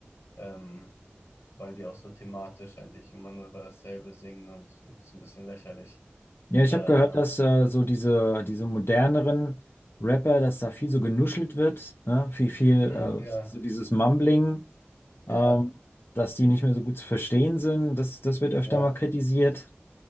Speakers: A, on the left; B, on the left.
A: ähm, weil die auch so thematisch eigentlich immer nur über dasselbe singen und es ist ein bisschen lächerlich.
B: ja ich
A: Äh,
B: habe gehört, dass äh, so diese, diese moderneren Rapper, dass da viel so genuschelt wird, ne? Viel, viel
A: hm,
B: äh,
A: ja,
B: so dieses Mumbling. ähm,
A: ja,
B: dass die nicht mehr so gut zu verstehen sind. Das, das wird öfter
A: ja,
B: mal kritisiert.